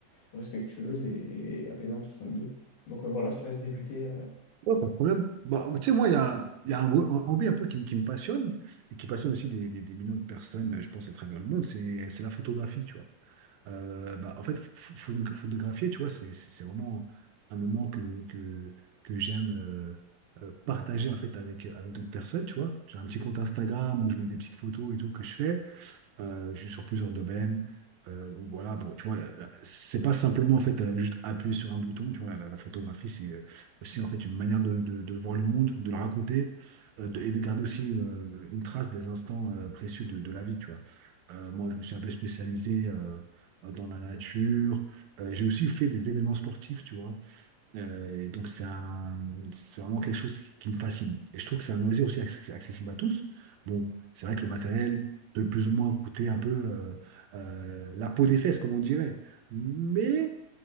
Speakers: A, on the left; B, on the right.
A: respectueuse et, et apaisante entre nous deux. Donc, euh, voilà, je te laisse débuter. euh.
B: ouais, pas de problème. Bah, tu sais, moi, il y a, il y a un, ho- un hobby un peu qui, me qui me passionne et qui passionne aussi des, des- des millions de personnes, euh, je pense, à travers le monde, c'est c'est la photographie, tu vois. Euh, bah, en fait, ph- ph- photographier, tu vois, c'est c'est- c'est vraiment un moment que, que, que j'aime euh, euh, partager en fait avec, avec d'autres personnes, tu vois. J'ai un petit compte Instagram où je mets des petites photos et tout que je fais. euh, ju- sur plusieurs domaines. Euh, donc voilà, bon, tu vois, la- la- c'est pas simplement en fait euh, juste appuyer sur un bouton. Tu vois, la, la- la photographie, c'est euh, aussi en fait une manière de, de- de voir le monde, de le raconter euh, de- et de garder aussi euh, une trace des instants euh, précieux de, de la vie. Tu vois, Euh, moi, je me suis un peu spécialisé euh, dans la nature. Euh, j'ai aussi fait des événements sportifs, tu vois. Euh, et donc c'est un, c'est vraiment quelque chose qui, qui me fascine. Et je trouve que c'est un loisir aussi acc- accessible à tous. Bon, c'est vrai que le matériel peut plus ou moins coûter un peu euh, euh, la peau des fesses, comme on dirait. Mais